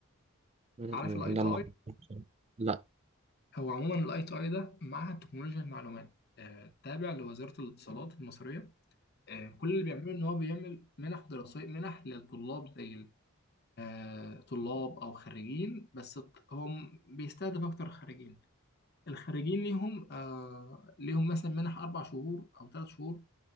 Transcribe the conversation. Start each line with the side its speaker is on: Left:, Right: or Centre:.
Right: مم،
Left: عارف
Right: مم،
Left: الاي تو
Right: لما
Left: اي
Right: لا
Left: هو عموما الاي تو اي ده معهد تكنولوجيا المعلومات آه، تابع لوزارة الاتصالات المصرية آه، كل اللي بيعمله ان هو بيعمل منح دراسية منح للطلاب زي ال- آه، طلاب او خريجين بس الط- هو م- بيستهدف اكتر الخريجين الخريجين ليهم آه ليهم مثلا منح اربع شهور او ثلاث شهور